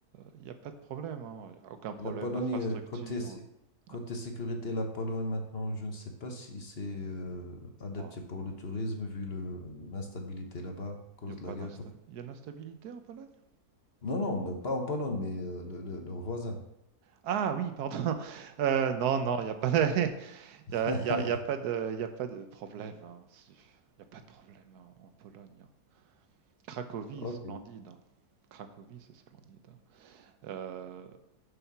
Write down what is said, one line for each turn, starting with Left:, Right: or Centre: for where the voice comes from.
Right: il euh, n'y a pas de problème, hein. Il n'y a aucun problème
Left: La Pologne,
Right: d'infrastructure.
Left: euh, côté, sé- côté
Right: Ah,
Left: sécurité, la Pologne, maintenant, je ne sais pas si c'est euh, adapté
Right: bon,
Left: pour le tourisme, vu le, l'instabilité là-bas, à cause
Right: il y a pas
Left: de la guerre.
Right: d'insta- il y a de l'instabilité en Pologne?
Left: Non, non, mais pas en Pologne, mais euh, le- le- leurs voisins.
Right: Ah oui, pardon. <laughs> Euh, non, non, il n'y a pas, de... <laughs>
Left: <laughs>
Right: il y a, il y a- il y a pas de, il y a pas de problème. hein. C'est- Il n'y a pas de problème en, en Pologne. hein. Cracovie,
Left: Ok.
Right: splendide. hein. Cracovie, c'est splendide. hein. Euh,